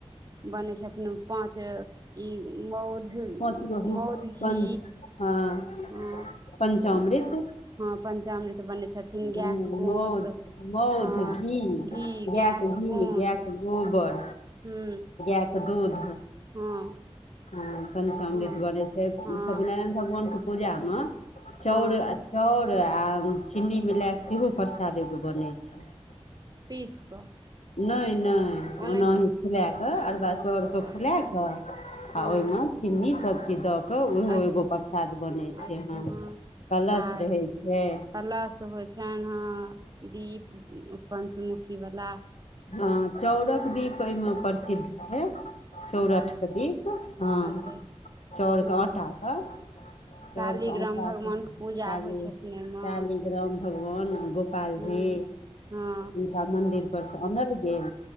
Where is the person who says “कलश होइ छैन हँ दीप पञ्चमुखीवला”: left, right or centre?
Right